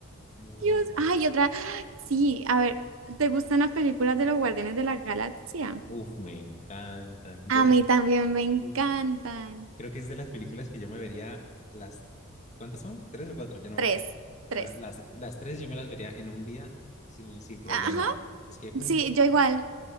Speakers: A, on the left; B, on the right.
A: No,
B: Dios,
A: me ma-
B: ay, otra, sí, a ver, ¿te gustan las películas de los Guardianes de la Galaxia?
A: Uf, me encantan. Yo
B: A
A: no-
B: mí también me encantan.
A: uf, creo que es de las películas que yo me vería las... ¿Cuántas son? ¿Tres o cuatro? Yo no me
B: Tres,
A: acuerdo.
B: tres.
A: Ah, Las, las tres yo me las vería en un día sin, sin problema.
B: Ajá,
A: Es que, uf,
B: sí, yo igual,